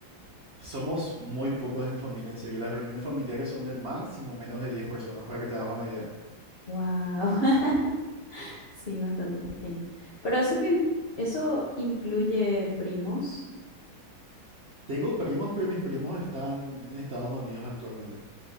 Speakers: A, on the right; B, on the left.
A: somos muy pocos en mi familia, en serio. Las reuniones familiares son de máximo menos de 10 personas, para que te hagas una idea.
B: Wow, <laughs> sí, bastante pequeño. Pero eso bien, eso incluye primos.
A: Tengo primos, pero mis primos están en Estados Unidos actualmente.